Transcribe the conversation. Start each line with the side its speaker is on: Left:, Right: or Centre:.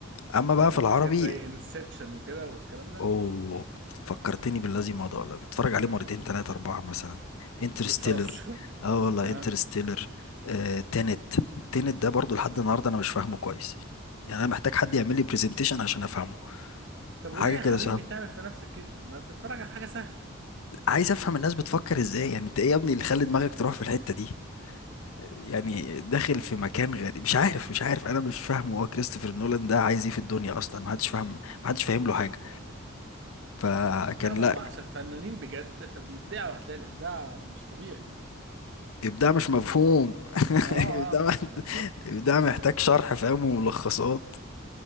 Left: اما بقى في العربي
Right: حاجات زي انسبشن وكده والكلام ده
Left: اوه فكرتني بالذي مضى والله كنت اتفرج عليه مرتين تلاتة اربعة مثلا انترستيلر
Right: <laughs> بتهزر
Left: اه والله
Right: آه.
Left: انترستيلر آه، تينت تينت ده برضو لحد النهاردة انا مش فاهمه كويس يعني انا محتاج حد يعمل لي برزنتيشن عشان افهمه
Right: طب
Left: حاجة
Right: وليه يا
Left: كده
Right: حبيبي
Left: صعب
Right: تعمل في نفسك كده ما تتفرج على حاجة سهلة
Left: عايز افهم الناس بتفكر ازاي يعني انت ايه يا ابني اللي خلى دماغك تروح في الحتة دي يعني داخل في مكان غريب مش عارف مش عارف انا مش فاهمه هو كريستوفر نولان ده عايز ايه في الدنيا اصلا ما حدش فاهم ما حدش فاهم له حاجه فكان
Right: لا
Left: لا
Right: ما هم عشان فنانين بجد فبيبدعوا هتلاقي الابداع مش طبيعي
Left: ابداع مش مفهوم <laughs>
Right: اه
Left: ابداع
Right: اه بالظبط
Left: ابداع محتاج شرح فاهم وملخصات